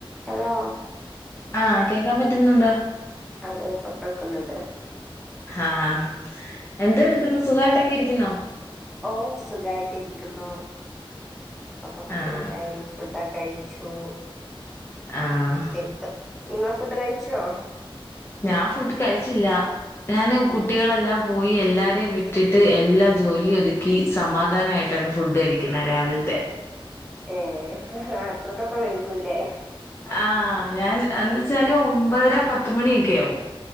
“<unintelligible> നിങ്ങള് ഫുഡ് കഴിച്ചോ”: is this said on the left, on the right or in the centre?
Centre